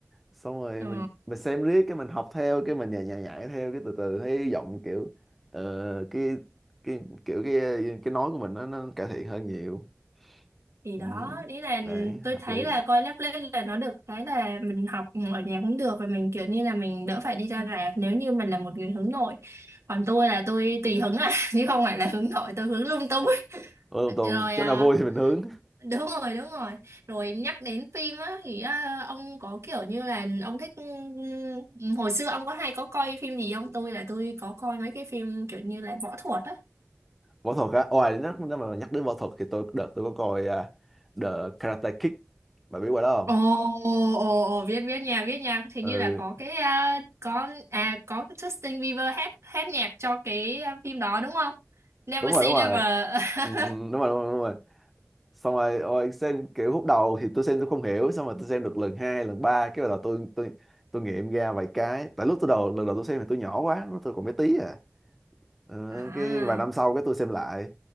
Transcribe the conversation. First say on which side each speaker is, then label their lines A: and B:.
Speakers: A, in the centre; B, on the right.
A: xong rồi
B: Ờ,
A: mình mình xem riết cái mình học theo cái mình nhại nhại nhảy theo cái từ từ thấy giọng kiểu ờ, cái cái kiểu cái cái nói của mình nó nó cải thiện hơn nhiều
B: thì
A: ừ.
B: đó, ý là
A: đấy hợp
B: tôi thấy
A: lý
B: là coi lớp lên là nó được cái là mình học ở nhà cũng được và mình kiểu như là mình đỡ phải đi ra rạp nếu như mình là một người hướng nội. Còn tôi là tôi tùy hứng à, <laughs> chứ không phải là hướng nội, tôi hướng lung tung. <laughs>
A: Ôi Tùng Tùng
B: Rồi
A: chỗ
B: à,
A: nào vui thì mình hướng
B: đúng rồi đúng rồi rồi nhắc đến phim á thì á, ông có kiểu như là ông thích ừm, hồi xưa ông có hay có coi phim gì không tôi là tôi có coi mấy cái phim kiểu như là võ thuật á
A: võ thuật á ngoài nó nó mà nhắc đến võ thuật thì tôi đợt tôi có coi à, The Karate Kid bà biết qua đó không
B: ồ ồ ồ biết biết nha biết nha thì
A: ừ
B: như là có cái à, có à có cái Justin Bieber hát hát nhạc cho cái à, phim đó đúng không Never
A: đúng rồi
B: Say
A: đúng rồi
B: Never <laughs>
A: ừ, ừ, ừ, đúng rồi đúng rồi đúng rồi xong rồi ôi xem kiểu khúc đầu thì tôi xem tôi không hiểu xong rồi tôi xem được lần hai lần ba cái bắt đầu tôi tôi tôi nghiệm ra vài cái tại lúc tôi đầu lần đầu tôi xem thì tôi nhỏ quá lúc tôi còn bé tí à ờ,
B: à
A: cái vài năm sau cái tôi xem lại